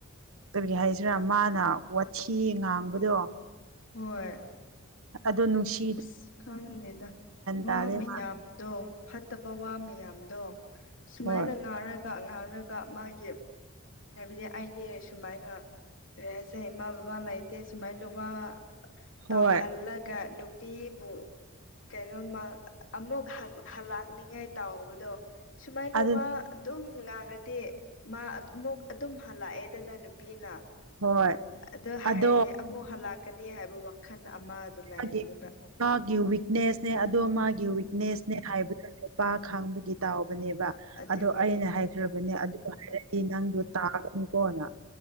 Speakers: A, on the right (about 80°); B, on the left (about 60°).
A: ꯀꯔꯤꯒꯤ ꯍꯥꯏꯁꯤꯔ ꯃꯥꯅ ꯋꯥꯊꯤ ꯉꯥꯡꯕꯗꯣ
B: ꯍꯣꯏ
A: ꯑꯗꯨ ꯅꯨꯡꯁꯤ
B: ꯑꯁ ꯈꯪꯗꯦꯗ ꯋꯥ
A: ꯇꯥꯗꯦ
B: ꯃꯌꯥꯝꯗꯣ
A: ꯃꯥ
B: ꯐꯠꯇꯕ ꯋꯥ ꯃꯌꯥꯝꯗꯣ ꯁꯨꯃꯥꯏꯅ
A: ꯍꯣꯏ
B: ꯉꯥꯡꯔꯒ ꯉꯥꯡꯉꯒ ꯃꯥꯒꯤ ꯍꯥꯏꯕꯗꯤ ꯑꯩꯗꯤ ꯁꯨꯃꯥꯏꯅ ꯀ ꯍꯥꯏꯁꯦꯃꯥ ꯕꯕꯥ ꯂꯩꯥꯏꯇꯦ ꯁꯨꯃꯥꯏꯅꯕ
A: ꯍꯣꯏ
B: ꯇꯧꯍꯜꯂꯒ ꯅꯨꯄꯤꯕꯨ ꯀꯩꯅꯣꯃ ꯑꯃꯨꯛ ꯍꯜꯂꯛꯅꯤꯉꯥꯏ ꯇꯥꯎꯕꯗꯣ ꯁꯨꯃꯥꯏꯅ
A: ꯑꯗꯨ
B: ꯋꯥ ꯑꯗꯨꯝ ꯉꯥꯡꯉꯗꯤ ꯃꯥ ꯃꯛ ꯑꯗꯨꯝ ꯍꯜꯂꯛꯑꯦꯗꯅ ꯅꯨꯄꯤꯅ
A: ꯍꯣꯏ
B: ꯑꯗ ꯍꯥꯏꯔꯗꯤ
A: ꯑꯗꯣ
B: ꯑꯃꯨꯛ ꯍꯜꯂꯛꯀꯅꯤ ꯍꯥꯏꯕ ꯋꯥꯈꯜ ꯑꯃꯗ ꯂꯩꯔꯕꯝꯅꯤꯕ
A: ꯃꯥꯒꯤ ꯃꯥꯒꯤ ꯋꯤꯛꯅꯦꯁꯅꯦ ꯑꯗꯣ ꯃꯥꯒꯤ ꯋꯤꯛꯅꯦꯁꯅꯦ ꯍꯥꯏꯕꯗꯨ ꯎꯄꯥ ꯈꯥꯡꯕꯒꯤ ꯇꯥꯎꯕꯅꯦꯕ
B: ꯑꯗꯨꯒꯤꯅꯦ
A: ꯑꯗꯣ ꯑꯩꯅ ꯍꯥꯏ ꯐꯈ꯭ꯔꯕꯅꯦ ꯑꯗꯨ ꯍꯥꯏꯔꯗꯤ ꯅꯪꯗꯣ ꯇꯥꯒꯅꯨꯀꯣꯅ